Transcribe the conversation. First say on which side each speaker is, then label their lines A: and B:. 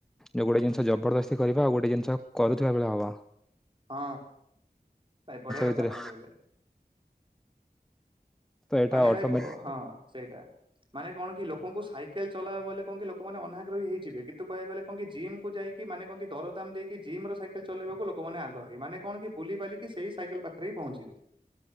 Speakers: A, in the centre; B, on the right.
A: ଯଉ ଗୋଟେ ଜିନିଷ ଜବରଦସ୍ତି କରିବା ଆଉ ଗୋଟେ ଜିନିଷ କରୁଥୁବା ବେଳେ ହବ।
B: ହଁ ଭାଇ ବଢିଆ କଥା
A: ଭିତରେ
B: ଆପଣ କହିଲେ।
A: ତ ଏଇଟା
B: ମାନେ ଭାଇ
A: ଅଟୋମେଟିକ
B: ବ ହଁ ସେଇଟା ମାନେ କଣ କି ଲୋକଙ୍କୁ ସାଇକେଲ ଚଲାଅ ବଲେ କଁ କି ଲୋକମାନେ ଅନାଗ୍ରହୀ ହେଇଯିବେ କିତୁ କହିଆକୁ ଗଲେ କଁ କି ଜିମ୍ କୁ ଯାଇକି ମାନେ କଁ କି ଦରଦାମ ଦେଇକି ଜିମ୍ ର ସାଇକେଲ ଚଲେଇବାକୁ ଲୋକମାନେ ଆଗ୍ରହୀ ମାନେ କଣ କି ବୁିଲି ବାଲି ସେଇ ସାଇକେଲ ପାଖରେ ହି ପହଞ୍ଚିବେ।